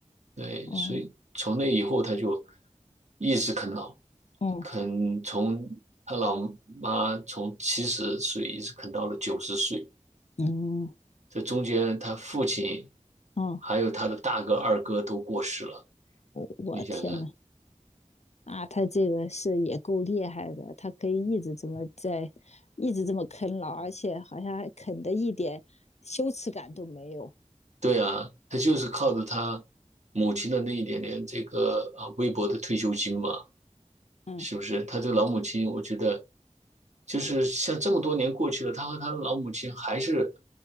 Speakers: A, on the right; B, on the left.
A: 对，
B: 哦，
A: 所以从那以后他就一直啃老，
B: 哦，
A: 啃从他老妈从七十岁一直啃到了九十岁。
B: 嗯。嗯
A: 这中间他父亲
B: 哦，
A: 还有他的大哥、二哥都过世了，
B: 我天呐，
A: 你想想，
B: 啊，他这个是也够厉害的，他可以一直这么在，一直这么啃老，而且好像还啃的一点羞耻感都没有。
A: 对啊，他就是靠着他母亲的那一点点这个啊微薄的退休金嘛，
B: 嗯，
A: 是不是？他这个老母亲，我觉得就是像这么多年过去了，他和他的老母亲还是